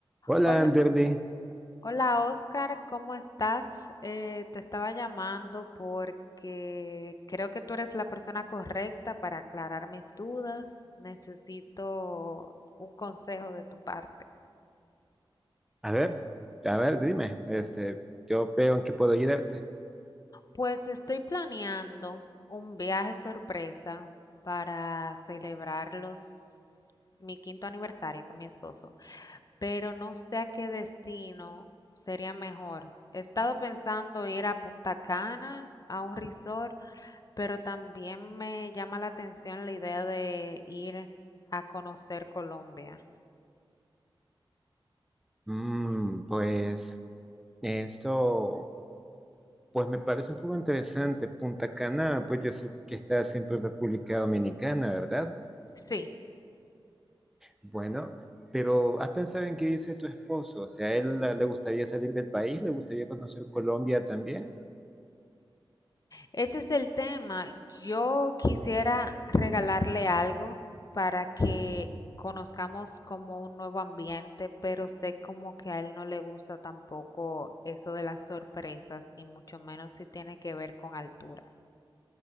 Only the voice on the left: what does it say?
Hola,
hola, Oscar, ¿cómo estás? Eh, te estaba llamando porque creo que tú eres la persona correcta para aclarar mis dudas. Necesito un consejo de tu parte.
Pues estoy planeando un viaje sorpresa para celebrar los, mi quinto aniversario con mi esposo, pero no sé a qué destino sería mejor. He estado pensando ir a Punta Cana, a un resort Pero también me llama la atención la idea de ir a conocer Colombia.
Sí,
ese es el tema. Yo quisiera regalarle algo para que conozcamos como un nuevo ambiente, pero sé como que a él no le gusta tampoco eso de las sorpresas y mucho menos si tiene que ver con alturas.